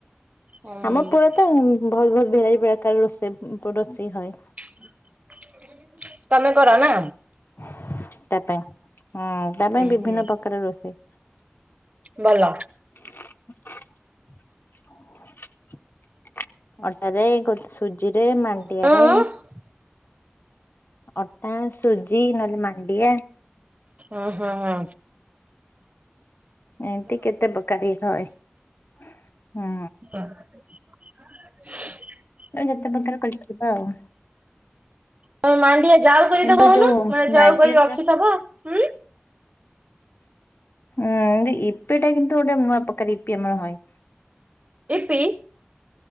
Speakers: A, on the right; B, on the left.
A: ହୁଁ
B: ଆମ ପୁରା ତ ଭଲ ଭେରାଇଟି ପ୍ରକାର ରୋଷେଇ ରୋଷେଇ ହଏ।
A: <inaudible> କର ନା
B: ହୁ ତା ପାଇଁ ହଁ ତା
A: ଉଁ
B: ପାଇଁ ବିଭିନ୍ନ
A: ହୁଁ
B: ପ୍ରକାର ରୋଷେଇ
A: ଭଲ।
B: <inaudible> ଆରେ କୋଉଠି ସୁଜିରେ ମାଣ୍ଡିଆରେ
A: ଉଁ ଉଁ ହୁଁ
B: ଅଟା ସୁଜି ନହେଲେ ମାଣ୍ଡିଆ
A: ଉଁ ହୁଁ ହଁ।
B: ଏମତି କେତେ ପକାରି ହଏ ହୁଁ।
A: ହଁ <inaudible>
B: ଆଉ ଯେତେ ପ୍ରକାର କରିଥିବା ଆଉ
A: ତମେ ମାଣ୍ଡିଆ ଯାଉ କରି
B: କିନ୍ତୁ
A: ତ କହୁନ
B: ଯୋଉ
A: ମାନେ ଯାଉ
B: ମ୍ୟାଗିରେ
A: କରି ରଖିଥବ ହୁଁ।
B: ଉଁ ଇପି ଟା କିନ୍ତୁ ଗୋଟେ ନୂଆ ପ୍ରକାର ଇପି ଆମର ହଏ
A: ଇପି।